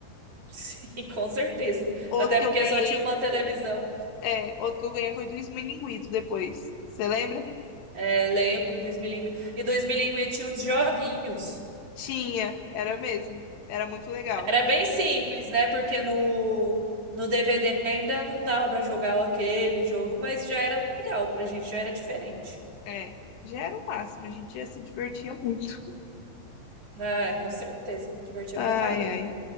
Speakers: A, on the right (about 35°); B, on the left (about 75°).
A: sim, <laughs> com certeza.
B: Outro
A: Até
B: que
A: porque
B: eu ganhei,
A: só tinha uma televisão.
B: é, outro que eu ganhei foi do Esmilinguido depois. Você lembra?
A: É, lembro, 2000 e 2000 tinha uns joguinhos.
B: Tinha, era mesmo. Era muito legal.
A: Era bem simples, né? Porque no, no DVD ainda não dava para jogar aquele jogo, mas já era legal pra gente, já era diferente.
B: É, já era o máximo, a gente já se divertia muito.
A: Ah, é, com certeza, divertia
B: Ai,
A: pra caramba.
B: ai.